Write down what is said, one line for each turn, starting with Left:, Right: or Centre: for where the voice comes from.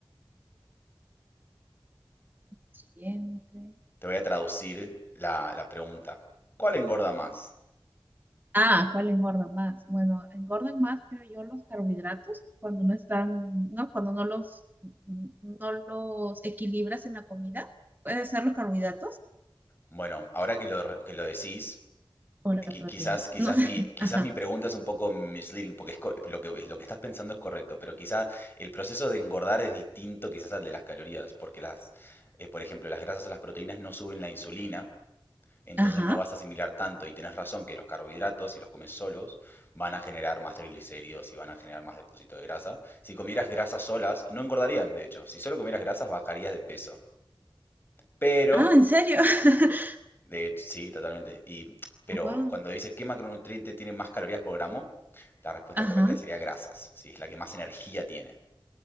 Right: Siguiente.
Left: Te voy a traducir la, la pregunta. ¿Cuál engorda más?
Right: Ah, ¿Cuál engorda más? Bueno, engordan más, creo yo, los carbohidratos cuando no están, ¿no? Cuando no los, no los equilibras en la comida. Puede ser los carbohidratos
Left: Bueno, ahora que lo, re- que lo decís,
Right: o la
Left: qui-
Right: proteína.
Left: quizás, quizás,
Right: No sé.
Left: mi, quizás
Right: <laughs> Ajá.
Left: mi pregunta es un poco misleading, porque es co- lo que, lo que estás pensando es correcto, pero quizás el proceso de engordar es distinto quizás al de las calorías, porque las, eh, por ejemplo, las grasas o las proteínas no suben la insulina, Entonces
Right: Ajá.
Left: no vas a asimilar tanto y tenés razón que los carbohidratos, si los comes solos, van a generar más triglicéridos y van a generar más depósito de grasa. Si comieras grasas solas, no engordarían, de hecho. Si solo comieras grasas, bajarías de peso. Pero,
Right: Ah, ¿en serio? <laughs>
Left: de hecho, sí, totalmente. Y, pero
Right: Wow.
Left: cuando dices qué macronutriente tiene más calorías por gramo, la respuesta
Right: Ajá.
Left: correcta sería grasas, ¿sí? Es la que más energía tiene,